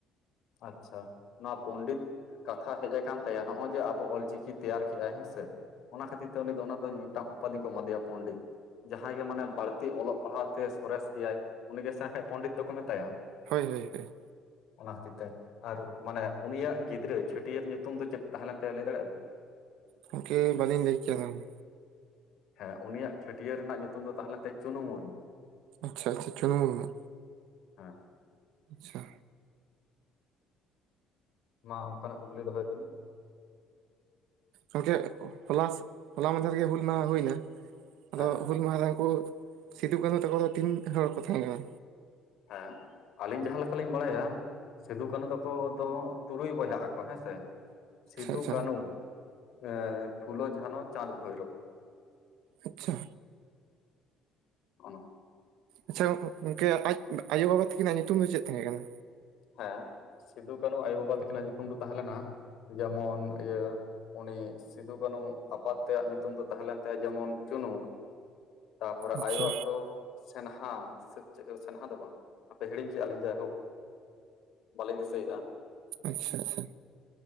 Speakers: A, on the left (about 55°); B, on the right (about 80°).
A: ᱟᱪᱪᱷᱟ ᱱᱚᱣᱟ ᱯᱚᱱᱰᱤᱛ ᱠᱟᱛᱷᱟ ᱦᱮᱡ ᱟᱠᱟᱱ ᱛᱟᱭᱟ ᱱᱚᱜᱼᱚᱭ ᱡᱮ ᱟᱵᱚ ᱚᱞᱪᱤᱠᱤ ᱛᱮᱭᱟᱨ ᱠᱮᱜᱟᱭ ᱦᱮᱸᱥᱮ᱾ ᱚᱱᱟ ᱠᱷᱟᱹᱛᱤᱨ ᱛᱮ ᱩᱱᱤ ᱫᱚ ᱚᱱᱟ ᱫᱚ ᱢᱤᱫᱴᱟᱝ ᱩᱯᱟᱫᱷᱤ ᱠᱚ ᱮᱢᱟᱫᱮᱭᱟ ᱯᱚᱱᱰᱤᱛ᱾ ᱡᱟᱦᱟᱸᱭ ᱜᱮ ᱢᱟᱱᱮ ᱵᱟᱹᱲᱛᱤ ᱚᱞᱚᱜ ᱯᱟᱲᱦᱟᱣ ᱛᱮ ᱥᱚᱨᱮᱥ ᱜᱮᱭᱟᱭ ᱩᱱᱤ ᱜᱮ ᱥᱮ ᱦᱟᱜ ᱯᱚᱱᱰᱤᱛ ᱫᱚᱠᱚ ᱢᱮᱛᱟᱭᱟ᱾
B: ᱦᱳᱭ ᱦᱳᱭ ᱦᱳᱭ
A: ᱚᱱᱟ ᱠᱷᱟᱹᱛᱤᱨ ᱟᱨ ᱢᱟᱱᱮ ᱩᱱᱤᱭᱟᱜ ᱜᱤᱫᱽᱨᱟᱹ ᱪᱷᱟᱹᱴᱭᱟᱹᱨ ᱧᱩᱛᱩᱢ ᱫᱚ ᱪᱮᱫ ᱛᱟᱦᱮᱸ ᱞᱮᱱ ᱛᱟᱭᱟ ᱞᱟᱹᱭ ᱫᱟᱲᱮᱭᱟᱜᱼᱟ ᱵᱤᱱ?
B: ᱜᱚᱢᱠᱮ ᱵᱟᱞᱤᱧ ᱞᱟᱹᱭ ᱠᱮᱭᱟ ᱚᱱᱟ ᱫᱚ᱾
A: ᱦᱮᱸ ᱩᱱᱤᱭᱟᱜ ᱪᱷᱟᱹᱴᱭᱟᱹᱨ ᱨᱮᱱᱟᱜ ᱧᱩᱛᱩᱢ ᱫᱚ ᱛᱟᱦᱮᱸᱞᱮᱱ ᱛᱟᱭᱟ ᱪᱩᱱᱩ ᱢᱩᱨᱢᱩ᱾
B: ᱟᱪᱪᱷᱟᱻᱟᱪᱪᱷᱟᱻᱪᱩᱱᱩ ᱢᱩᱨᱢᱩ᱾
A: ᱦᱮᱸ
B: ᱟᱪᱪᱷᱟ᱾
A: ᱢᱟ ᱚᱱᱠᱟᱱᱟᱜ ᱠᱩᱠᱞᱤ ᱫᱚᱦᱚᱭ ᱵᱤᱱ᱾
B: ᱜᱚᱝᱠᱮ ᱦᱚᱞᱟ, ᱦᱚᱞᱟ ᱢᱟᱫᱷᱮᱨ ᱜᱮ ᱦᱩᱞ ᱢᱟᱦᱟ ᱦᱩᱭᱱᱟ ᱟᱫᱚ
A: ᱦᱮᱸ
B: ᱦᱩᱞ ᱢᱚᱦᱟ ᱨᱮ ᱩᱱᱠᱩ ᱥᱤᱫᱩ ᱠᱟᱹᱱᱩ ᱛᱟᱠᱚ ᱫᱚ, ᱛᱤᱱ ᱦᱚᱲ ᱠᱚ ᱛᱟᱦᱮᱸ ᱠᱟᱱᱟ?
A: ᱦᱮᱸ ᱟᱹᱞᱤᱧ ᱡᱟᱦᱟᱸ ᱞᱮᱠᱟᱞᱤᱧ ᱵᱟᱲᱟᱭᱟ᱾ ᱥᱤᱫᱩ ᱠᱟᱹᱱᱩ ᱛᱟᱠᱚ ᱫᱚ ᱛᱩᱨᱩᱭ ᱵᱚᱭᱦᱟᱜ ᱟᱠᱚ ᱦᱮᱸ ᱥᱮ᱾
B: ᱟᱪᱪᱷᱟ
A: ᱥᱤᱫᱩ,
B: ᱟᱪᱪᱷᱟ
A: ᱠᱟᱹᱱᱩ, ᱮ ᱯᱷᱩᱞᱚ, ᱡᱷᱟᱱᱚ, ᱪᱟᱸᱫᱽ, ᱵᱷᱚᱭᱨᱳ᱾
B: ᱟᱪᱪᱷᱟ᱾
A: ᱦᱚᱜᱼᱚ ᱱᱚᱝᱠᱟ᱾
B: ᱟᱪᱪᱷᱟ ᱜᱚᱝᱠᱮ ᱟᱡ ᱟᱭᱳ ᱵᱟᱵᱟ ᱛᱟᱠᱤᱱᱟᱜ ᱧᱩᱛᱩᱢ ᱫᱚ ᱪᱮᱫ ᱛᱟᱦᱮᱸ ᱠᱟᱱᱟ?
A: ᱦᱮᱸ ᱥᱤᱫᱩ ᱠᱟᱹᱱᱩ ᱟᱭᱳ ᱵᱟᱵᱟ ᱛᱟᱹᱠᱤᱱᱟᱜ ᱧᱩᱛᱩᱢ ᱫᱚ ᱛᱟᱦᱮᱸ ᱞᱮᱱᱟ ᱡᱮᱢᱚᱱ ᱤᱭᱟᱹ ᱩᱱᱤ ᱥᱤᱫᱩ ᱠᱟᱹᱱᱩ ᱟᱯᱟᱛ ᱛᱮᱭᱟᱜ ᱧᱩᱛᱩᱢ ᱫᱚ ᱛᱟᱦᱮᱸ ᱞᱮᱱ ᱛᱟᱭᱟ, ᱡᱮᱢᱚᱱ ᱪᱩᱱᱩ᱾ ᱛᱟᱯᱚᱨᱮ
B: ᱟᱪᱪᱷᱟ
A: ᱟᱭᱳᱣᱟᱜ ᱫᱚ ᱥᱮᱱᱦᱟ ᱥᱮ ᱪᱮᱜ ᱳ ᱥᱮᱱᱦᱟ ᱫᱚ ᱵᱟᱝ ᱦᱟᱯᱮ ᱦᱤᱲᱤᱧ ᱠᱮᱜᱼᱟᱞᱤᱧ ᱡᱟᱭᱦᱳᱠ ᱵᱟᱞᱮᱧ ᱫᱤᱥᱟᱹᱭᱮᱜᱼᱟ᱾
B: ᱟᱪᱪᱷᱟᱻᱟᱪᱪᱷᱟᱻ᱾